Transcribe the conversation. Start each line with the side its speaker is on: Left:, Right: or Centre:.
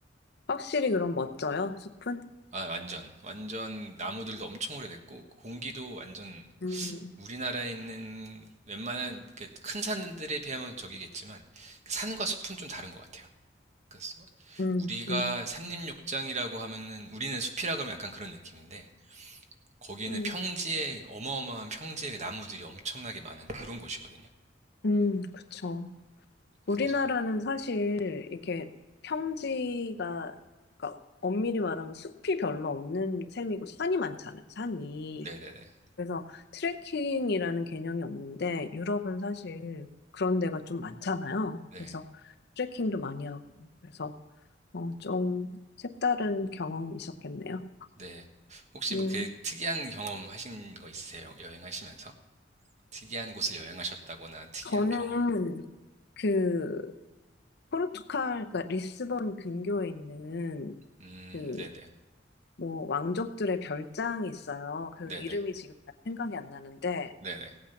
Left: 확실히 그럼 멋져요, 숲은?
Right: 아, 완전. 완전 나무들도 엄청 오래됐고 공기도 완전
Left: 음,
Right: 우리나라에 있는 웬만한 이렇게 큰 산들에 비하면 저기겠지만 산과 숲은 좀 다른 것 같아요. 그러니까
Left: 음,
Right: 우리가
Left: 음.
Right: 산림욕장이라고 하면은 우리는 숲이라 그러면 약간 그런 느낌인데 거기는
Left: 음.
Right: 평지에 어마어마한 평지에 나무들이 엄청나게 많은 그런 곳이거든요.
Left: 음, 그쵸.
Right: 그래서
Left: 우리나라는 사실 이렇게 평지가, 그러니까 엄밀히 말하면 숲이 별로 없는 셈이고 산이 많잖아요, 산이.
Right: 네네네
Left: 그래서 트레킹이라는 개념이 없는데 유럽은 사실 그런 데가 좀 많잖아요.
Right: 네
Left: 그래서 트레킹도 많이 하고. 그래서 어, 좀 색다른 경험이 있었겠네요.
Right: 네. 혹시
Left: 음,
Right: 뭐 그 특이한 경험 하신 거 있으세요? 여행하시면서 특이한 곳을 여행하셨다거나 특이한
Left: 저는
Right: 경험.
Left: 그 포르투갈, 그러니까 리스본 근교에 있는
Right: 음
Left: 그
Right: 네네
Left: 뭐 왕족들의 별장이 있어요. 그
Right: 네네
Left: 이름이 지금 잘 생각이 안 나는데
Right: 네네